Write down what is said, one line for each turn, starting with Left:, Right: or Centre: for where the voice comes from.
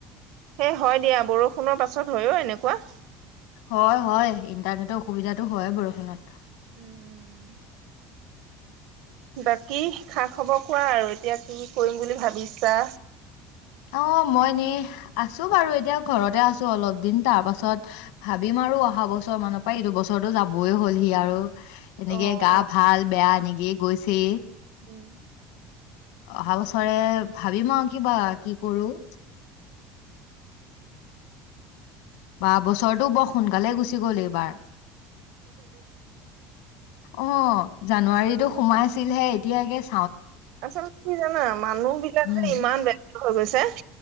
Right: হে হয় দিয়া বৰষুণৰ পাছত হয়অ এনেকুৱা
Left: হয় হয় ইণ্টাৰনেটৰ অসুবিধাটো হয়ে বৰষুণত
Right: উম উম বাকী খা খবৰ কোৱা আৰু এতিয়া কি কৰিম বুলি ভাবিছা
Left: অ মই এনেই আছো বাৰু এতিয়া ঘৰতে আছো অলপ দিন তাৰ পাছত ভাবিম আৰু অহা বছৰ মানৰ পৰা এইটো বছৰৰতো যাবই হ'লহি আৰু এনেকে
Right: অ',
Left: গা ভাল বেয়া এনেকি গৈছে
Right: উম
Left: অহা বছৰে ভাবিম আৰু কিবা কি কৰোঁ বা বছৰটো বৰ সোনকালে গুছি গুছি গল এইবাৰ অ জানুৱাৰীতো
Right: হয়
Left: সোমাই
Right: দিয়া।
Left: ছিলহে এতিয়া গেছ
Right: আচলতে কি জানা মানুহ বিলাক
Left: উম
Right: যে ইমান বেলেগ হৈ গৈছে